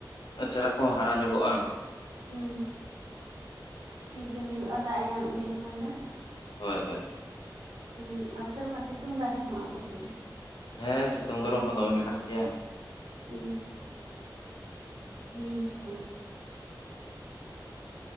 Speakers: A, on the left; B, on the right.
A: ᱪᱟᱨᱟ ᱠᱚ ᱦᱚᱸ ᱦᱟᱨᱟ ᱧᱚᱜᱚᱜᱼᱟ᱾
B: ᱦᱩᱸ ᱴᱷᱤᱠᱜ ᱜᱮ ᱦᱩᱭᱩᱜᱼᱟ ᱫᱟᱜ ᱮ ᱧᱟᱢ ᱤᱫᱤ ᱞᱮᱠᱷᱟᱱ ᱫᱚ᱾
A: ᱦᱳᱭ ᱦᱳᱭ᱾
B: ᱦᱮᱸ ᱟᱨ ᱪᱮᱜ ᱞᱮᱠᱟ ᱥᱤᱛᱩᱝ ᱮᱫᱟᱭ ᱥᱮ ᱵᱟᱝ ᱟᱯᱮ ᱥᱮᱜ ᱫᱚ
A: ᱦᱮᱸ ᱥᱤᱛᱩᱝ ᱜᱚᱨᱚᱢ ᱢᱟ ᱫᱚᱢᱮ ᱢᱮᱱᱟᱥ ᱜᱮᱭᱟ
B: ᱩᱸ ᱦᱮᱸ ᱛᱚ